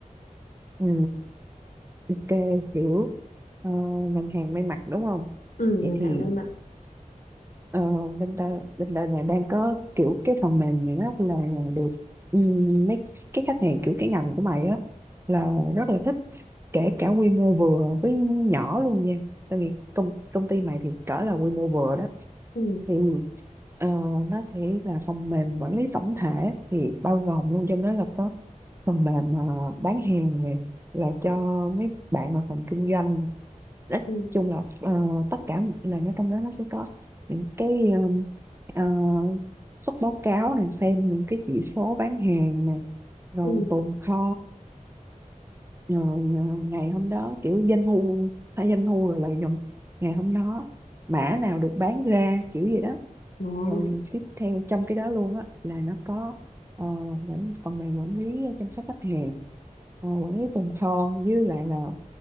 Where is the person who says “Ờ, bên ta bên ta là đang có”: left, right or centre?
Right